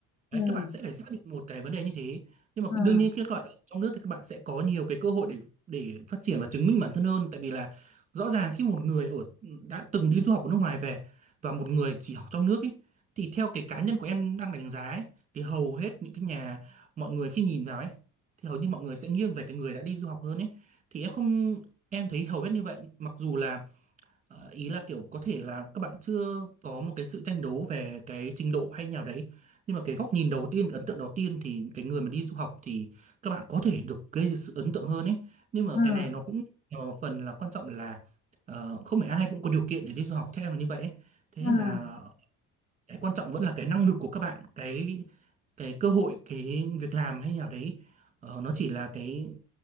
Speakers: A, on the right; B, on the left.
A: Đấy,
B: ừm,
A: các bạn sẽ phải xác định một cái vấn đề như thế nhưng mà
B: ừm,
A: đương nhiên khi các bạn ở trong nước thì các bạn sẽ có nhiều cái cơ hội để để phát triển và chứng minh bản thân hơn tại vì là rõ ràng khi một người ở đã từng đi du học ở nước ngoài về và một người chỉ học trong nước ấy thì theo cái cá nhân của em đang đánh giá ấy, thì hầu hết những cái nhà mọi người khi nhìn vào ấy thì hầu như mọi người sẽ nghiêng về cái người đã đi du học hơn ấy thì em không em thấy hầu hết như vậy mặc dù là Ờ, ý là kiểu có thể là các bạn chưa có một cái sự tranh đấu về cái trình độ hay nào đấy nhưng mà cái góc nhìn đầu tiên cái ấn tượng đầu tiên thì cái người mà đi du học thì các bạn có thể được gây sự ấn tượng hơn ấy nhưng mà
B: ừm,
A: cái này nó cũng là một phần là quan trọng là ờ, không phải ai cũng có điều kiện để đi du học theo em là như vậy ấy. thế
B: ừm,
A: nên là cái quan trọng vẫn là cái năng lực của các bạn cái cái cơ hội cái việc làm hay nào đấy ờ, nó chỉ là cái